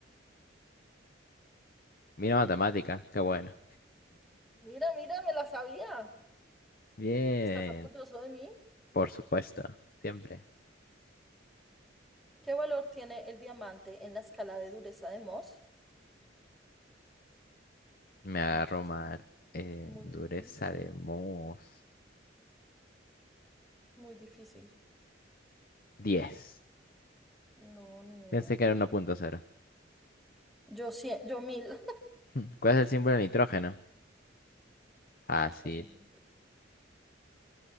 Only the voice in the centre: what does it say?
Mira, mira, me la sabía.
¿Estás orgulloso de mí?
¿Qué valor tiene el diamante en la escala de dureza de Mohs?
No, esto
es
muy
difícil,
muy difícil.
No, ni idea.
Yo cien, yo mil. <laughs>
Está siendo difícil.